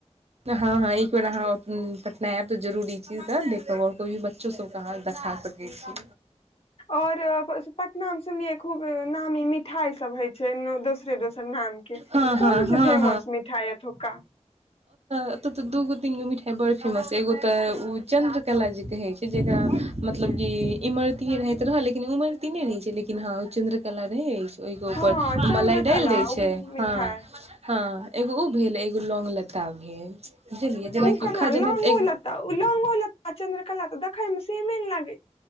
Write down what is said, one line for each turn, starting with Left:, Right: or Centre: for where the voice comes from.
Right: हाँ हाँ एक बेार अहाँ पटना आब जरूरी चीज देख ओर को भी बच्चो सबके अहाँ देखा सकै छी।
Left: ओर पटनामे सुनलियै खूब नामी मिठाई सभ होइ छैय दोस श्री दोसर नाम के
Right: हँ हँ
Left: कोनस
Right: हँ
Left: फेमस मिठाई एतुका?
Right: एत ते दूगो तीनगो मिठाई बड़ फेमस एगो तऽ उ चंन्द्र कला जे कहे छैय जेकरा मतलब कि इमरति रहैत रहल लेकिन उमरतीे नहि रहै छैय लेकिन हाँ ओ चंन्द्रकला रहै अछि। ओग
Left: हँ
Right: ऊपर
Left: चंन्द्रकला
Right: मलाई डालि दाय छैय
Left: मिठाई
Right: हाँ हाँ एगो उ भेल एगो लोंग ल <unintelligible>
Left: ओ केना
Right: जेनाइ
Left: लौंगो
Right: एगो
Left: लेता लौंगो लेता चंन्द्रकला त देखे में सीमेने लाग